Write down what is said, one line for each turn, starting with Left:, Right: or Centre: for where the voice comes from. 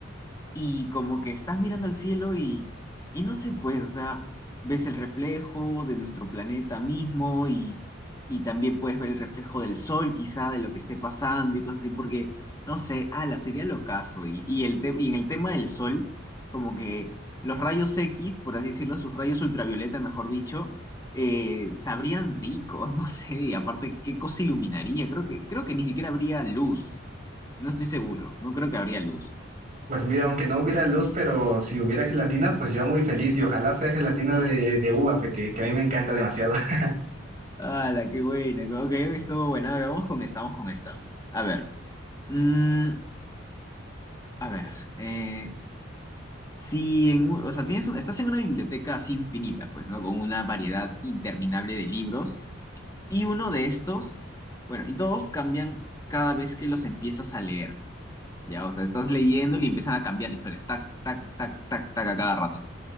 Left: y como que estás mirando al cielo y, y no sé, pues, o sea, ves el reflejo de nuestro planeta mismo y, y también puedes ver el reflejo del sol, quizá, de lo que esté pasando y cosas así, porque, no sé, ala, sería locazo. Y, y, el te- y en el tema del sol, como que los rayos X, por así decirlo, sus rayos ultravioleta, mejor dicho, eh, sabrían ricos, <laughs> no sé, y aparte, ¿qué cosa iluminaría? Creo que, creo que ni siquiera habría luz, no estoy seguro, no creo que habría luz.
Right: Pues mira, aunque no hubiera luz, pero si hubiera gelatina, pues yo muy feliz y ojalá sea gelatina de, de uva, pe- que, que a mí me encanta demasiado. <laughs>
Left: Ah, la qué buena. Ok, estuvo buena. A Vamos con estamos con esta. A ver. mm, a ver. eh, si en, o sea, tienes un- estás en una biblioteca así infinita, pues, ¿no? Con una variedad interminable de libros. Y uno de estos, bueno, y todos cambian cada vez que los empiezas a leer. Ya, o sea, estás leyendo y empiezan a cambiar la historia. Tac, tac, tac, tac, tac a cada rato.